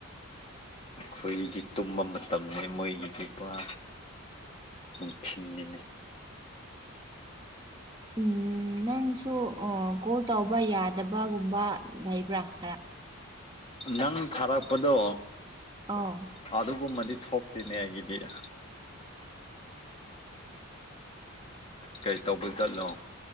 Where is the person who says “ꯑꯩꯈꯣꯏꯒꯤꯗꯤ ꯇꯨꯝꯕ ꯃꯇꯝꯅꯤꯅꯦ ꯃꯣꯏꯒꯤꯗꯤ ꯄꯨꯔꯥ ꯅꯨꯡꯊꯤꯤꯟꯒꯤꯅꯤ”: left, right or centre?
Left